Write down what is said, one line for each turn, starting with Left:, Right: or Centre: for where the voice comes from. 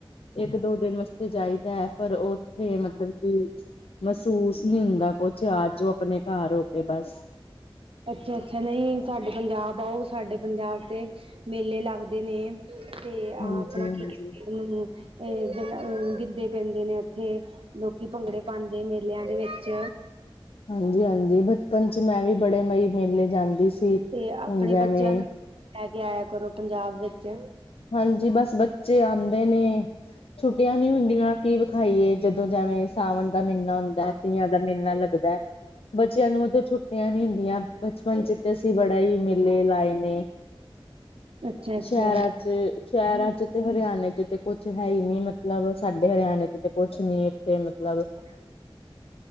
Left: ਇੱਕ ਦੋ ਦਿਨ ਵਾਸਤੇ। ਤੇ ਜਾਈਦਾ ਹੈ ਪਰ ਉੱਥੇ ਮਤਲਬ ਕਿ। ਮਹਿਸੂਸ ਨਹੀਂ ਹੁੰਦਾ ਕੁਛ, ਆਜੌ ਆਪਣੇ ਘਰ ਹੋ ਕੇ ਬਸ।
Right: ਅੱਛਾ ਅੱਛਾ, ਨਹੀਂ ਸਾਡੇ ਪੰਜਾਬ ਆਓ ਸਾਡੇ ਪੰਜਾਬ ਤੇ ਮੇਲੇ ਲੱਗਦੇ ਨੇ। ਤੇ ਆਹ
Left: ਹਾਂਜੀ
Right: ਆਪਣਾ
Left: ਹਾਂਜੀ
Right: ਕੀ ਕਹਿੰਦੇ ਉਹਨੂੰ। ਇਹ ਗਿੱਧੇ ਪੈਂਦੇ ਨੇ ਉੱਥੇ ਲੋਕੀ ਭੰਗੜੇ ਪਾਉਂਦੇ ਮੇਲਿਆਂ ਦੇ ਵਿੱਚ
Left: ਹਾਂਜੀ ਹਾਂਜੀ, ਬਚਪਨ ਚ ਮੈਂ ਵੀ ਬੜੇ ਬਈ ਮੇਲੇ ਜਾਂਦੀ ਸੀ।
Right: ਤੇ ਆਪਣੇ
Left: ਹੁਣ ਜਿਵੇਂ
Right: ਬੱਚਿਆਂ ਨੂੰ ਲੈ ਕੇ ਆਇਆ ਕਰੋ ਪੰਜਾਬ ਵਿੱਚ।
Left: ਹਾਂਜੀ, ਬਸ ਬੱਚੇ ਆਉਂਦੇ ਨੇ। ਛੁੱਟੀਆਂ ਨੀ ਹੁੰਦੀਆਂ ਕੀ ਵਿਖਾਈਏ ਜਦੋਂ ਜਿਵੇਂ ਸਾਵਣ ਦਾ ਮਹੀਨਾ ਹੁੰਦਾ। ਤੀਆਂ ਦਾ ਮੇਲਾ ਲੱਗਦਾ। ਬੱਚਿਆਂ ਨੂੰ ਤਾਂ ਛੁੱਟੀਆਂ ਨੀ ਹੁੰਦੀਆਂ ਬਚਪਨ ਚ ਤੇ ਅਸੀਂ ਬੜਾ ਹੀ ਮੇਲੇ ਲਾਏ ਨੇ।
Right: ਅੱਛਾ-ਅੱਛਾ
Left: ਸ਼ਹਿਰਾਂ ਚ। ਸ਼ਹਿਰਾਂ ਚ ਤੇ ਹਰਿਆਣੇ ਚ ਤੇ ਕੁਛ ਹੈ ਹੀ ਨੀ ਮਤਲਬ ਸਾਡੇ ਹਰਿਆਣੇ ਚ ਤੇ ਕੁਛ ਨੀ ਇੱਥੇ ਮਤਲਬ।
Right: ਹੈਨਾ।